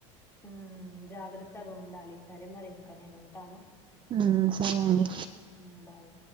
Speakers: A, on the left; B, on the right.
A: ఉమ్ జాగ్రత్తగా ఉండాలి సరే మరి ఇంకా నేను ఉంటాను
B: ఉ సరే అండి
A: ఉమ్ బాయ్